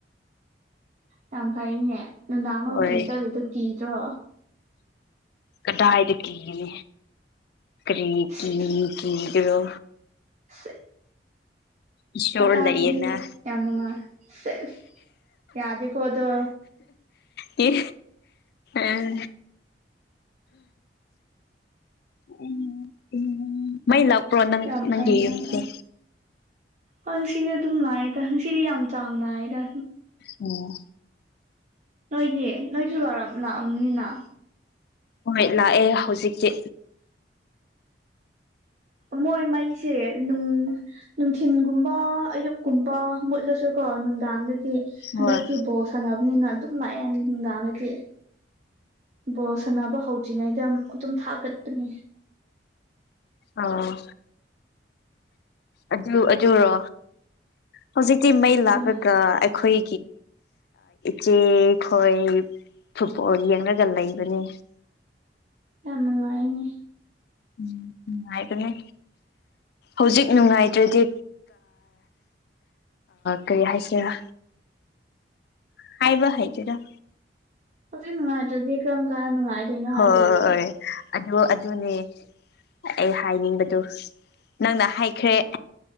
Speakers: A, on the right (about 40°); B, on the left (about 60°).
A: ꯌꯥꯝ ꯐꯩꯅꯦ ꯅꯨꯡꯗꯥꯡ ꯅꯕꯨꯨꯛꯀꯤꯡ
B: ꯍꯣꯏ
A: ꯆꯠꯂꯗꯣ ꯀꯤꯗ꯭ꯔꯣ
B: ꯀꯗꯥꯏꯗ ꯀꯅꯤ ꯀꯔꯤ ꯀ
A: ꯁꯤꯁ
B: ꯀ ꯀꯔꯣ
A: ꯁꯦ
B: ꯏꯁꯣꯔꯗꯏꯅ
A: ꯋꯥꯇꯥꯁꯤꯗꯤ ꯌꯥꯝ ꯅꯨꯡꯉꯥꯏ ꯁꯦꯁ ꯌꯥꯗꯦꯀꯣ ꯑꯗꯣ
B: ꯌꯦ ꯑꯝ ꯎ ꯎ ꯃꯩꯂ ꯄꯨ꯭ꯔꯣ ꯅꯪ
A: ꯌꯥꯝ
B: ꯅꯪꯒꯤꯗꯤ
A: ꯐꯩ ꯌꯥꯝ ꯐꯩ ꯍꯣꯏ ꯁꯤꯗꯤ ꯑꯗꯨꯝ ꯂꯥꯛꯑꯦꯗꯁꯤꯗꯤ ꯌꯥꯝ ꯆꯥꯡ ꯅꯥꯏꯗ
B: ꯑꯣ
A: ꯅꯣꯏꯗꯤ ꯅꯣꯏꯁꯨ ꯂꯥꯛꯑꯝꯅꯤꯅ
B: ꯍꯣꯏ ꯂꯥꯛꯑꯦ ꯍꯧꯖꯤꯛꯇꯤ
A: ꯃꯣꯏ ꯃꯩꯁꯦ ꯅꯨꯡ ꯅꯨꯡꯊꯤꯤꯟ ꯨꯝꯕ ꯑꯌꯨꯛꯀꯨꯝꯕ ꯃꯨꯠꯂꯁꯨ ꯀꯣ ꯅꯨꯡꯗꯥꯡꯗꯗꯤ ꯍꯟꯗꯛꯇꯤ
B: ꯍꯣꯏ
A: ꯕꯣ ꯁꯪꯉꯅꯕ ꯅ ꯑꯗꯨꯝ ꯂꯌꯦꯟꯗꯥꯉ ꯕꯣꯜ ꯁꯥꯟꯅꯕ ꯍꯧꯗ꯭ꯔꯤꯉꯩꯗ ꯑꯗꯨꯝ ꯊꯥꯒꯠꯄꯅꯦ
B: ꯑꯥ ꯑꯗꯨ ꯑꯗꯨꯔꯣ ꯍꯧꯖꯤꯛꯇꯤ ꯃꯩ ꯂꯥꯛꯂꯒ
A: ꯑ
B: ꯑꯩꯈꯣꯏ ꯆ ꯍꯣꯏ ꯐꯨꯠꯕꯣꯜ ꯌꯦꯡꯂꯡꯒ ꯂꯩꯕꯅꯤ
A: ꯌꯥꯝ ꯅꯨꯡꯉꯥꯏꯅꯦ
B: ꯎꯝ ꯎ ꯍꯥꯏꯗꯅꯦꯅꯤ ꯍꯧꯖꯤꯛ ꯅꯨꯡꯉꯥꯏꯇ꯭ꯔꯗꯤ ꯀꯔꯤ ꯍꯥꯏꯁꯤꯔꯥ ꯍꯥꯏꯥꯏꯕ ꯍꯥꯏꯩꯆꯦꯔ
A: ꯍꯧꯖꯤꯛ ꯅꯨꯡꯉꯥꯏꯇ꯭ꯔꯗꯤ ꯀ꯭ꯔꯔꯝ ꯀꯥꯟ ꯅꯨꯡꯉꯥꯏꯗꯣꯏꯅꯣ
B: ꯍꯣꯏ
A: ꯍꯥꯏꯗꯣꯏꯔꯣ
B: ꯑꯗꯨ ꯑꯗꯨꯅꯦ ꯑꯩ ꯍꯥꯏꯅꯤꯡꯕꯗꯨ ꯅꯪꯅ ꯍꯥꯏꯈ꯭ꯔꯦ